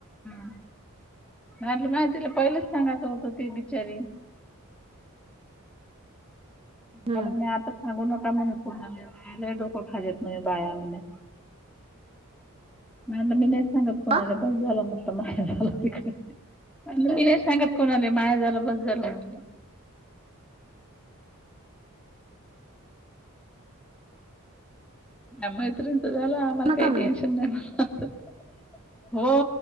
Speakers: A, in the centre; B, on the right.
A: मला वाटलं माह्या तिडल पहिलेच सांगायचं होत ती बिचारी.
B: हम्म
A: मला म्हणे आता सांगू नका म्हणे कुणाले. बाया लई डोक खातात बाया म्हणे. म्या म्हणे न सांगत कोणाले.
B: हा
A: बस झालं म्हणलं माह्या झालं इकडे. मी नही सांगत. कोणाले माया झालं बस झालं म्हटलं. मैत्रीणचं झालं, आमला
B: नका
A: काही
B: म्हणे
A: टेनशन नाही म्हटलं. हो.